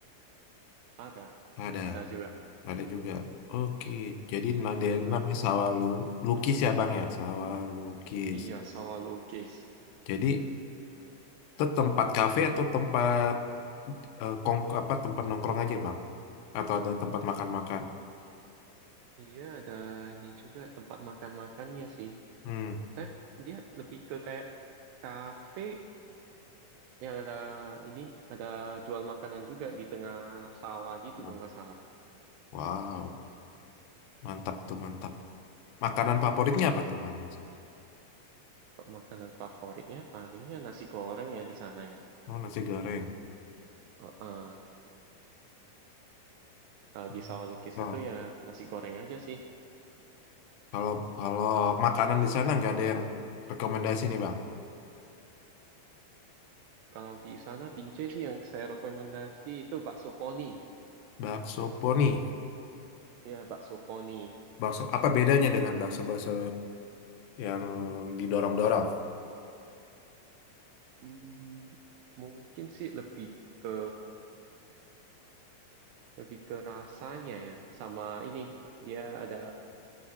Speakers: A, on the right; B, on the left.
A: Ada,
B: Ada.
A: ada juga.
B: Ada juga. Oke. Jadi nah,
A: Heeh.
B: daerah namanya sawah lu lukis ya Bang ya? Sawah lukis.
A: Iya sawah lukis.
B: Jadi itu tempat kafe atau tempat eh, kong, apa tempat nongkrong aja bang? Atau ada tempat makan-makan?
A: Iya ada ini juga tempat makan-makannya sih.
B: Hmm.
A: Saya dia lebih ke kayak kafe yang ada ini ada jual makanan juga di tengah sawah gitu
B: Bang.
A: kalau nggak salah.
B: Wow, mantap tuh mantap. Makanan favoritnya apa tuh bang biasanya?
A: Kok makanan favoritnya palingnya nasi goreng ya di sana ya.
B: Oh nasi goreng.
A: Heeh. Kalau
B: Hmm.
A: di sawah lukis
B: Nah,
A: itu ya nasi goreng aja sih.
B: kalau kalau makanan di sana nggak ada yang rekomendasi nih bang.
A: Kalau di sana Binjai sih yang saya rekomendasi itu bakso foni.
B: Bakso poni.
A: Ya, bakso foni.
B: Bakso apa bedanya dengan bakso-bakso yang didorong-dorong?
A: Hmm, mungkin sih lebih ke lebih ke rasanya ya. Sama ini dia ada